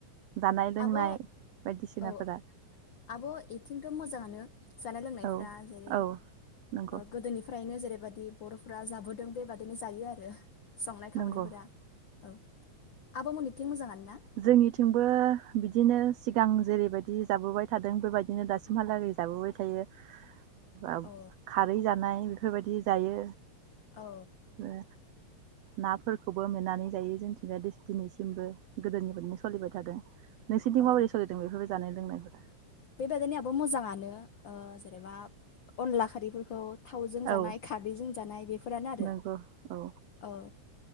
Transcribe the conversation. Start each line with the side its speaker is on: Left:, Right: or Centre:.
Right: जानाय लोंनाय
Left: आब'
Right: बायदिसिनाफोरा
Left: औ आब' एथिंथ' मोजाङानो जानाय- लोंनायफ्रा
Right: औ
Left: जेरै
Right: औ नंगौ
Left: गोदोनिफ्रायनो जेरै- बेबायदि बर'फोरा जाबोदों बेबायदिनो जायो आरो। संनाय खावनायफोरा
Right: नंगौ
Left: औ। आब' मोननिथिं मोजाङानो? ना
Right: जोंनिथिंबो बिदिनो सिगां जेरैबायदि जाबोबाय थादों बेबायदिनो दासिमहालागै जाबोबाय थायो। बा
Left: औ
Right: खारै जानाय बेफोरबायदि जायो।
Left: औ।
Right: ओ नाफोरखौबो मेनानै जायो जोंथिंजाय दिनैसिमबो गोदोनिफ्रायनो सोलिबाय थादों। नोंसोरनिथिं
Left: औ
Right: माबोरै सोलिदों बेफोर बायदि जानाय-लोंनायफोरा?
Left: बेबायदिनो आब' मोजाङानो ओ जेनेबा अनला खारैफोरखौ' थावजों जानाय
Right: औ
Left: खारैजों जानाय बेफोरानो आरो
Right: नंगौ औ।
Left: औ